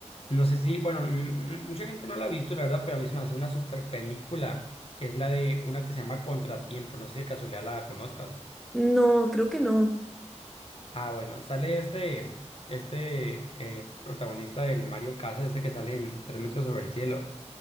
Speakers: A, on the left; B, in the centre.
A: no sé si, bueno, n- n- mucha gente no la ha visto, la verdad, pero a mí se me hace una super película, que es la de una que se llama Contratiempo, no sé si de casualidad la conozcas.
B: No, creo que no.
A: Ah, bueno, sale este, este eh, protagonista del Mario Casas, este que sale en Tres metros sobre el cielo.